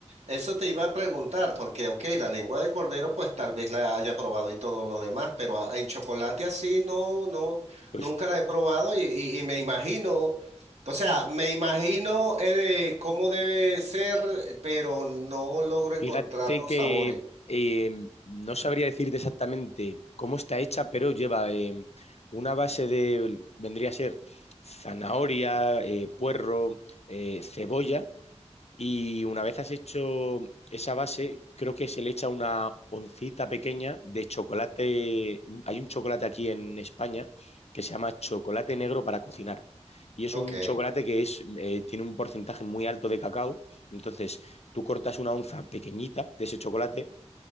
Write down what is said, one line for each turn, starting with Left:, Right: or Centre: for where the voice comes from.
Right: Eso te iba a preguntar, porque, ok, la lengua de cordero, pues tal vez la haya probado y todo lo demás, pero a- en chocolate así no, no,
Left: Pues
Right: nunca la he probado y, y- y me imagino, o sea, me imagino eh, cómo debe ser, pero no logro encontrar
Left: fíjate
Right: los
Left: que
Right: sabores.
Left: eh, no sabría decirte exactamente cómo está hecha, pero lleva eh, una base de, vendría a ser zanahoria, eh, puerro, eh, cebolla Y una vez has hecho esa base, creo que se le echa una oncita pequeña de chocolate. Hay un chocolate aquí en España que se llama chocolate negro para cocinar. Y es
Right: Ok.
Left: un chocolate que es, eh, tiene un porcentaje muy alto de cacao. Entonces, tú cortas una onza pequeñita de ese chocolate